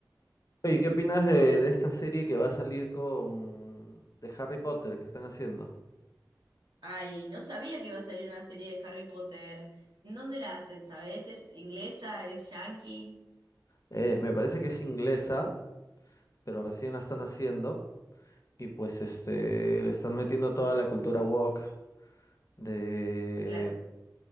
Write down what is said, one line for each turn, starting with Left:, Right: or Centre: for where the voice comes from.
Left: Oye, ¿qué opinas de, de esta serie que va a salir con. de Harry Potter que están haciendo?
Right: Ay, no sabía que iba a salir una serie de Harry Potter. ¿En dónde la hacen? ¿Sabes? ¿Es inglesa? ¿Es yankee?
Left: Eh, me parece que es inglesa, pero recién la están haciendo y pues este le están metiendo toda la cultura woke de
Right: Claro.